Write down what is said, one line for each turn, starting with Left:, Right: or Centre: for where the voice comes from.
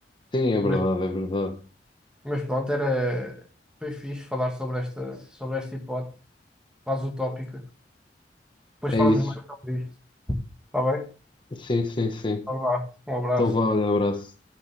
Left: Sim, é
Centre: Mas,
Left: verdade, é verdade.
Centre: mas pronto, era, foi fixe falar sobre esta, sobre esta hipótese, quase utópica. Depois
Left: É
Centre: falamos
Left: isso.
Centre: mais sobre isto. Está bem?
Left: Sim, sim, sim.
Centre: Então vá, um abraço.
Left: Então vá, olha, abraço.